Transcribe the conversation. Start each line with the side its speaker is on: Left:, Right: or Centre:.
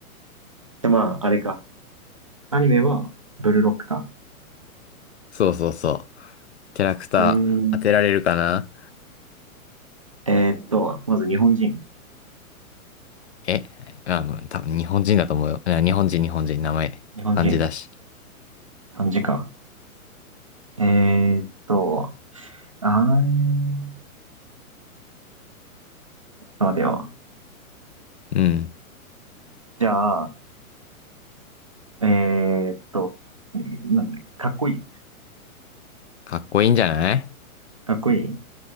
Right: で、まあ、あれか。アニメは、ブルーロックか。
Left: そうそうそう。キャラクター、
Right: えー、
Left: 当てられるかな
Right: えーっと、まず日本人。
Left: えあ、うん多分日本人だと思うよ。いや日本人、日本人、名前、
Right: 日本人。
Left: 漢字だし。
Right: 漢字か。えーっと、あー、ちょっと待てよ。
Left: うん。
Right: じゃあ、えーっと、なんだ、かっこいい。
Left: かっこいいんじゃない
Right: かっこいい。